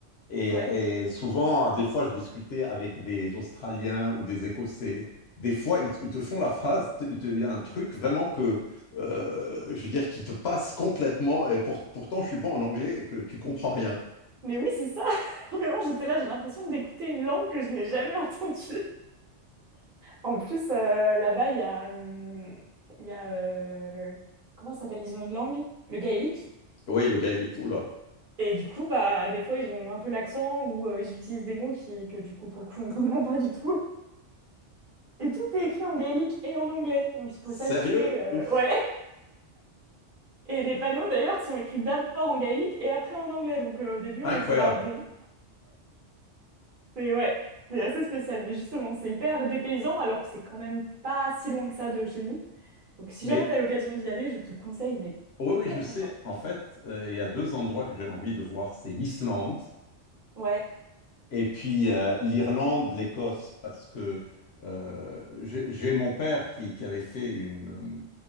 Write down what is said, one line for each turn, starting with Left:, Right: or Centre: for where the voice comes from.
Left: Et,
Right: Ouais.
Left: et souvent, des fois, je discutais avec des Australiens ou des Écossais. Des fois, ils, te ils te font la phrase, t- t- il y a un truc vraiment que, euh, je veux dire, qui te passe complètement. Et pour- pourtant, je suis bon en anglais et que tu comprends rien.
Right: Mais oui, c'est ça. <laughs> Vraiment, j'étais là, j'ai l'impression d'écouter une langue que je n'ai jamais <laughs> entendue. En plus, euh, là-bas, il y a, hum, il y a euh, comment ça s'appelle? Ils ont une langue, le gaélique.
Left: Oui, le gars, il est cool, là.
Right: Et du coup, bah, des fois, ils ont un peu l'accent ou euh, ils utilisent des mots qui, que du coup, pour le coup, <laughs> on ne comprend pas du tout. Et tout est écrit en gaélique et en anglais. Donc, il faut
Left: Sérieux?
Right: s'habituer. euh,
Left: Ouf,
Right: ouais. <laughs> Et les panneaux, d'ailleurs, sont écrits d'abord en gaélique et après en anglais. Donc, euh, au début, on
Left: incroyable.
Right: était là, bon. Mais ouais, c'est assez spécial. Mais justement, c'est hyper dépaysant alors que c'est quand même pas si loin que ça de chez nous. Donc, si
Left: Mais
Right: jamais t'as l'occasion d'y aller, je te conseille, mais
Left: oui, oui,
Right: très,
Left: je
Right: très
Left: sais.
Right: fort.
Left: En fait, euh, il y a deux endroits que j'ai envie de voir. C'est l'Islande
Right: Ouais.
Left: Et puis euh, l'Irlande, l'Écosse, parce que euh, j'ai j'ai mon père qui, qui avait fait une,